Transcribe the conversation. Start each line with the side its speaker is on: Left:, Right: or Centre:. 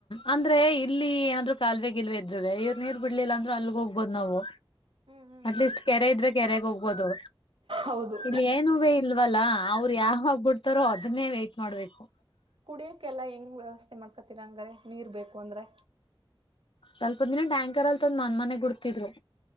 Left: ಅಂದ್ರೆ ಇಲ್ಲಿ ಏನಾದ್ರು ಕಾಲುವೆ ಗಿಲ್ವೆ ಇದ್ವೆ ಇವ್ ನೀರ್ ಬಿಡ್ಲಿಲ್ಲ ಅಂದ್ರರು ಅಲ್ಗ್ ಹೋಗ್ಬೋದ್ ನಾವು
Right: ಹ್ಮ್ ಹ್ಮ್
Left: ಅಟ್ಲೀಸ್ಟ್
Right: ಹ್ಮ್
Left: ಕೆರೆ ಇದ್ರೆ ಕೆರೆಗೆ ಹೋಗ್ಬೋದು
Right: ಹೌದು
Left: ಇಲ್ಲಿ ಏನುುವೇ ಇಲ್ವಲ್ಲಾ ಅವ್ರು ಯಾವಾಗಬಿಡ್ತಾರೋ ಅದನ್ನೇ ವೇಟ್ ಮಾಡ್ಬೇಕು
Right: ಕುಡಿಯಕ್ಕೆೆಲ್ಲಾ ಹೆಂಗ ವ್ಯವಸ್ಥೆ ಮಾಡ್ಕೊತೀರ ಹಂಗ್ರ ನೀರ್ ಬೇಕು ಅಂದ್ರೆ
Left: ಸ್ವಲ್ಪ ದಿನ ಟ್ಯಾಂಕರ್ ಅಲ್ ತಂದ್ ಮನ್ ಮನೆಗ್ ಗುಡ್ತಿದ್ರು